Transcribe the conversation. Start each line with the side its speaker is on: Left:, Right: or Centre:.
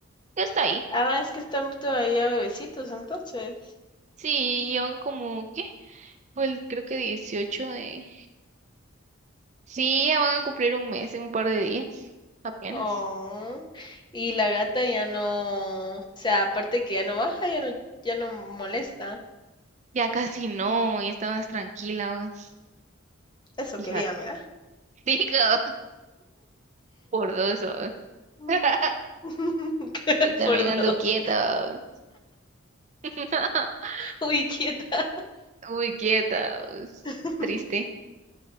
Right: Ya está ahí.
Left: Ah, es que están todavía bebecitos entonces.
Right: Sí, llevan como, ¿qué? Fue el, creo que 18 de Sí, ya van a cumplir un mes en un par de días, apenas.
Left: Oh. Y la gata ya no, o sea, aparte que ya no baja, ya no, ya no molesta.
Right: Ya casi no, ya está más tranquila, vamos.
Left: Eso
Right: Fíjate.
Left: quería, mira.
Right: Digo, <laughs> por dos, vamos.
Left: Mm.
Right: <laughs>
Left: <laughs>
Right: Yo también
Left: Por
Right: ando
Left: dos.
Right: quieta, vamos. <laughs>
Left: Uy, quieta.
Right: Muy quieta, vamos.
Left: <laughs>
Right: Triste.